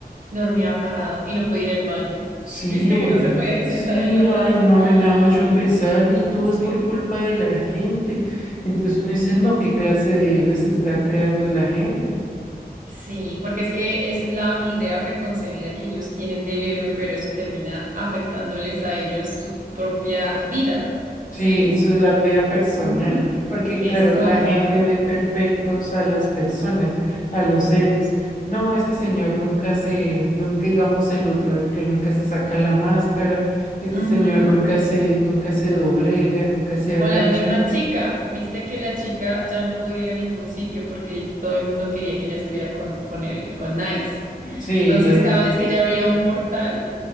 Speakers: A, on the right; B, on the left.
A: Dormía parado y no podía ir al baño.
B: Sí,
A: ¿Viste
B: horrible.
A: que no se podía ni
B: Sí,
A: sentar en la
B: ay,
A: taza?
B: no,
A: <gasps> ¡Ah!
B: a mí me da mucho pesar y todo
A: Sí.
B: es por culpa de la gente. Entonces uno dice, no, ¿qué clase de héroes está creando la gente?
A: Sí, porque es que es la idea preconcebida que ellos tienen del héroe, pero eso termina afectándoles a ellos su propia vida,
B: Sí,
A: ¿sí?
B: eso es la vea personal,
A: Ujú,
B: porque
A: Exacto.
B: claro, la gente ve perfectos a las personas, a los héroes. No, este señor nunca se, nunca digamos el otro, el que nunca se saca la máscara, este
A: Ujú.
B: señor nunca se, nunca se doblega, nunca se
A: O
B: agacha.
A: la misma chica, viste que la chica ya no podía ir a ningún sitio porque todo el mundo quería que ella estuviera con, con el, con Nice.
B: Sí,
A: Entonces,
B: eh,
A: cada vez que ella abría un portal,